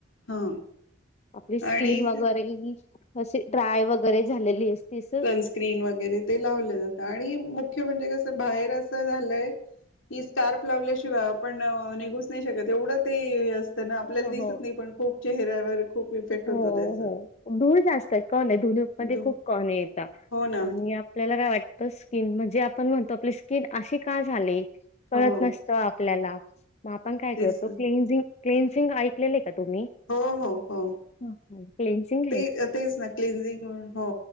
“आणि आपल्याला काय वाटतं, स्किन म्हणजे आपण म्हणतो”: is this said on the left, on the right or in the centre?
Left